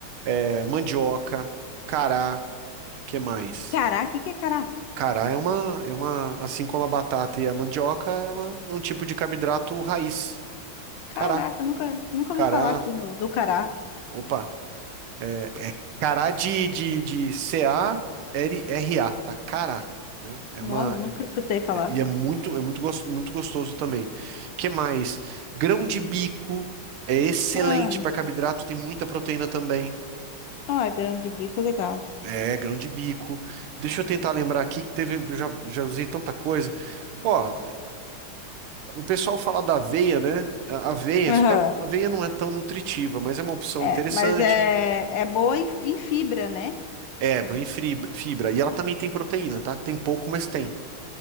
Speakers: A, on the right; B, on the left.
A: É, mandioca, cará, que mais?
B: Cará, o que que é cará?
A: Cará é uma, é uma, assim como a batata e a mandioca, é uma- um tipo de carboidrato raiz.
B: Caraca,
A: Cará,
B: nunca, nunca
A: cará,
B: ouvi falar aqui no, do cará.
A: opa. é, Cará de, de, de C-A-R-R-A, tá? Cará, né? É
B: Nossa,
A: uma,
B: nunca escutei falar.
A: é- e é muito, é muito, gos- muito gostoso também. Que mais? Grão de bico é excelente
B: Ah,
A: para carboidrato, tem muita proteína também.
B: ó, é grama de bico, legal.
A: É, grão de bico. Deixa eu tentar lembrar aqui que teve, eu já, já usei tanta coisa. Ó, o pessoal fala da aveia, né? A aveia,
B: Aham.
A: só que a aveia não é tão nutritiva, mas é uma opção
B: É,
A: interessante.
B: mas é, é boa em, em fibra, né?
A: É, banho e fri- fibra. E ela também tem proteína, tá? Tem pouco, mas tem.